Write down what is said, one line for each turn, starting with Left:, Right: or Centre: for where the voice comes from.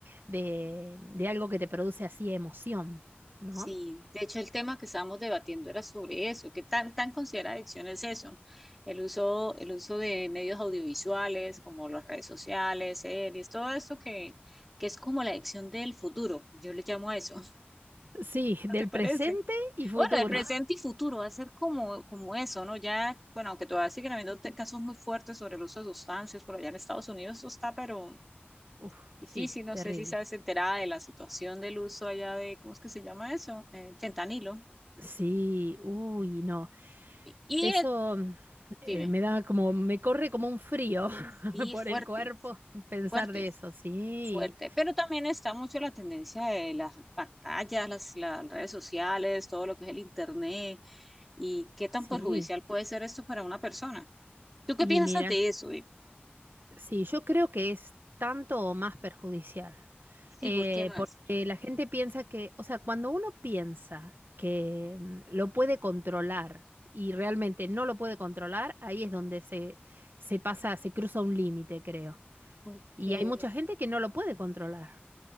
Right: de de algo que te produce así emoción, ¿no?
Centre: Sí, de hecho el tema que estábamos debatiendo era sobre eso, qué tan tan considera adicción es eso, el uso, el uso de medios audiovisuales como las redes sociales, series, todo esto que, que es como la adicción del futuro, yo le llamo a eso.
Right: Sí,
Centre: ¿No
Right: del
Centre: te parece?
Right: presente y futuro.
Centre: Bueno, el presente
Right: <laughs>
Centre: y futuro va a ser como, como eso, ¿no? Ya, bueno, aunque todavía siguen habiendo te- casos muy fuertes sobre el uso de sustancias, por allá en Estados Unidos eso está, pero
Right: Uf,
Centre: difícil,
Right: sí,
Centre: no
Right: terrible.
Centre: sé si sabes enterada de la situación del uso allá de, ¿cómo es que se llama eso? El fentanilo.
Right: Sí, uy, no.
Centre: Y
Right: Eso
Centre: el-
Right: mm, eh,
Centre: dime,
Right: me da como, me corre como un frío <laughs>
Centre: sí,
Right: por
Centre: fuerte,
Right: el cuerpo pensar
Centre: fuerte,
Right: de eso. Sí,
Centre: fuerte, pero también está mucho la tendencia de las pantallas, las, las redes sociales, todo lo que es el internet y qué tan
Right: sí.
Centre: perjudicial puede ser esto para una persona. ¿Tú qué
Right: Y
Centre: piensas
Right: mira,
Centre: de eso?
Right: Sí, yo creo que es tanto o más perjudicial,
Centre: Sí,
Right: Eh,
Centre: ¿por qué más?
Right: porque la gente piensa que, o sea, cuando uno piensa que mm, lo puede controlar y realmente no lo puede controlar, ahí es donde se, se pasa, se cruza un límite, creo.
Centre: Porque
Right: Y hay mucha gente que no lo puede controlar.